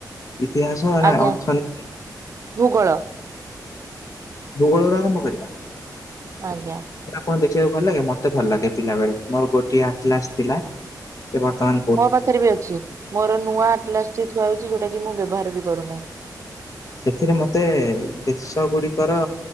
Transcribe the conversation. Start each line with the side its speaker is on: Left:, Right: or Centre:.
Left: ଇତିହାସ ନା
Right: ଆଜ୍ଞା
Left: ଅର୍ଥନୀତି
Right: ଭୂଗୋଳ।
Left: ଭୂଗଳୋର ଆରମ୍ଭ କରିବା।
Right: ଆଜ୍ଞା।
Left: ନା କଣ ଦେଖିବାକୁ ଭଲ ଲାଗେ ମତେ ଭଲ ଲାଗେ ପିଲାେଳେ ମୋର ଗୋଟିଏ ଆ କ୍ଲାସ ଥିଲା ସେ ବର୍ତ୍ତମାନ-
Right: ମୋ ପାଖରେ ବି ଅଛି। ମୋର ନୂଆ ଆଟଲା ଥୁଆ ହେଉଛି। ଯୋଉଟା କି ମୁଁ ବ୍ୟବହାର ବି କରୁନାହିଁ।
Left: ସେଥିରେ ମତେ ଦେଶ ଗୁଡିକର